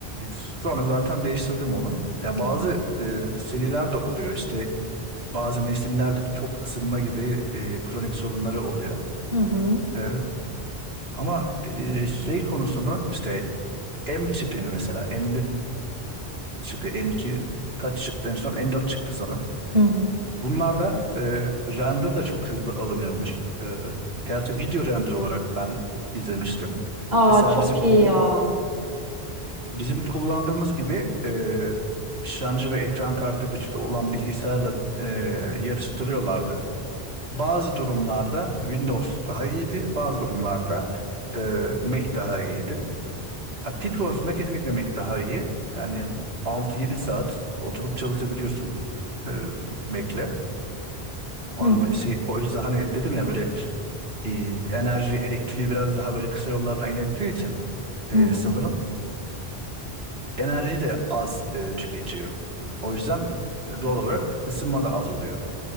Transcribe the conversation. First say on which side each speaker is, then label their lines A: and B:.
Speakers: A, on the right; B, on the right.
A: sonra zaten değiştirdim onu. Ya
B: Hı
A: bazı
B: hı.
A: e, seriler de oluyor. İşte bazı nesillerde çok ısınma gibi e, kronik sorunları oluyor.
B: Hı hı.
A: Ee, ama e, şey konusunu işte M tipini mesela M1 tipi M2 kaç çıktı en son M4 çıktı sanırım.
B: Hı hı.
A: Bunlarda e, render de çok hızlı alınıyormuş. E, gerçi video render olarak ben izlemiştim.
B: Aa
A: Mesela
B: çok
A: bizim kul-
B: iyi ya.
A: bizim kullandığımız gibi e, işlemci ve ekran kartı güçlü olan bilgisayarla e, yarıştırıyorlardı. Bazı durumlarda Windows daha iyiydi, bazı durumlarda e, Mac daha iyiydi. Ha, pil konusunda kesinlikle Mac daha iyi. Yani 6-7 saat oturup çalışabiliyorsun e, Mac'le. On,
B: Hı hı.
A: şey, o yüzden hani dedim ya böyle e, enerji elektriği biraz daha böyle kısa yollardan inerttiği için e,
B: hı hı.
A: sanırım enerji de az e, tüketiyor. O yüzden e, doğal olarak ısınma da az oluyor.